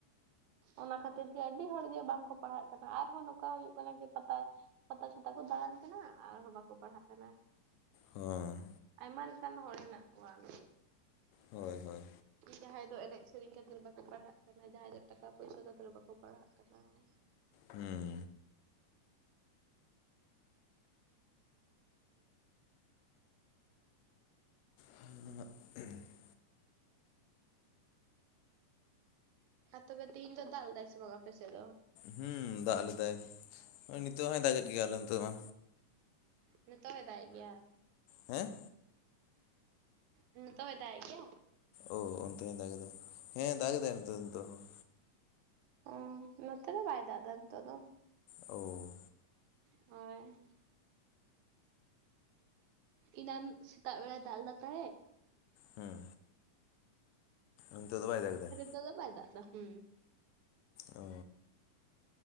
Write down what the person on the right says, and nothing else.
ᱚᱱᱟ ᱠᱷᱟᱹᱛᱤᱨ ᱜᱮ ᱟᱹᱰᱤ ᱦᱚᱲᱜᱮ ᱵᱟᱝᱠᱚ ᱯᱟᱲᱦᱟᱜ ᱠᱟᱱᱟ ᱟᱨᱦᱚᱸ ᱱᱚᱠᱟ ᱦᱩᱭᱩᱜ ᱠᱟᱱᱟ ᱜᱮ ᱯᱟᱛᱟᱼᱼ ᱯᱟᱛᱟ ᱪᱷᱟᱛᱟ ᱠᱚ ᱫᱟᱲᱟᱱ ᱠᱟᱱᱟ ᱟᱨᱦᱚᱸ ᱵᱟᱠᱚ ᱯᱟᱲᱦᱟᱜ ᱠᱟᱱᱟ᱾
ᱟᱭᱢᱟ ᱞᱮᱠᱟᱱ ᱦᱚᱲ ᱦᱮᱱᱟᱜ ᱠᱚᱣᱟ ᱱᱤᱡᱼᱼ
ᱡᱟᱦᱟᱸᱭ ᱫᱚ ᱮᱱᱮᱡ ᱥᱮᱨᱮᱧ ᱠᱷᱟᱹᱛᱤᱨ ᱵᱟᱠᱚ ᱯᱟᱲᱦᱟᱜ ᱠᱟᱱᱟ ᱡᱟᱦᱟᱸᱭ ᱫᱚ ᱴᱟᱠᱟ ᱯᱚᱭᱥᱟ ᱠᱷᱟᱛᱤᱨ ᱵᱟᱠᱚ ᱯᱟᱲᱦᱟᱜᱼᱼ ᱠᱟᱱᱟ ᱚᱱᱮ
ᱚᱱᱠᱟᱼᱼ
ᱟᱨ ᱛᱚᱵᱮ ᱛᱤᱦᱤᱧ ᱫᱚ ᱫᱟᱜ ᱞᱮᱫᱟᱭ ᱥᱮ ᱵᱟᱝ ᱟᱯᱮ ᱥᱮᱫ ᱫᱚ?
ᱱᱤᱛᱚᱜ ᱦᱚᱭ ᱫᱟᱜ-ᱮᱜ ᱜᱮᱭᱟ?
ᱱᱤᱛᱚᱜ ᱦᱚᱸᱭ ᱫᱟᱜ-ᱮᱜ ᱜᱮᱭᱟ?
ᱦᱩᱸ ᱱᱚᱛᱮ ᱫᱚ ᱵᱟᱭ ᱫᱟᱜ ᱮᱫᱟ ᱱᱤᱛᱚᱜ ᱫᱚ᱾
ᱦᱚᱭ᱾ ᱤᱱᱟᱱ ᱥᱮᱛᱟᱜ ᱵᱮᱲᱟ ᱫᱟᱜ ᱞᱮᱫᱟ ᱛᱟᱦᱮᱸᱜ᱾
ᱛᱚᱜ ᱫᱚ ᱵᱟᱭ ᱫᱟᱜ ᱫᱟ ᱦᱩ᱾